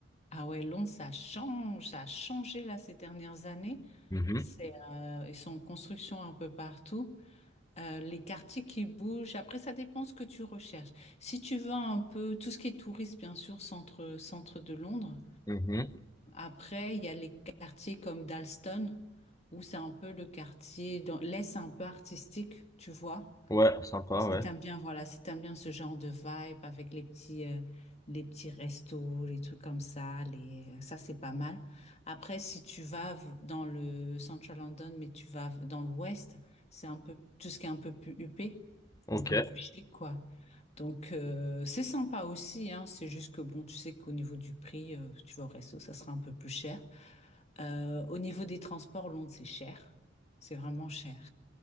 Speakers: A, on the left (about 35°); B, on the left (about 20°).
A: Ah ouais, Londres, ça change, ça a changé là ces dernières années.
B: Mhm.
A: C'est, euh, ils sont en construction un peu partout. Euh, les quartiers qui bougent. Après, ça dépend ce que tu recherches. Si tu veux un peu tout ce qui est tourisme, bien sûr, centre, centre de Londres.
B: Mhm.
A: Après, il y a les quartiers comme Dalston, où c'est un peu le quartier, dans l'Est un peu artistique, tu vois.
B: Ouais, sympa,
A: Si
B: ouais.
A: t'aimes bien, voilà, si t'aimes bien ce genre de vibe avec les petits, euh, les petits restos, les trucs comme ça, les, ça c'est pas mal. Après, si tu vas v- dans le Central London, mais tu vas v- dans l'ouest, c'est un peu, tout ce qui est un peu plus huppé,
B: Ok.
A: un peu plus chic, quoi. Donc, euh, c'est sympa aussi, hein. C'est juste que bon, tu sais qu'au niveau du prix, euh, tu vas au resto, ça sera un peu plus cher. Euh, au niveau des transports, Londres, c'est cher. C'est vraiment cher.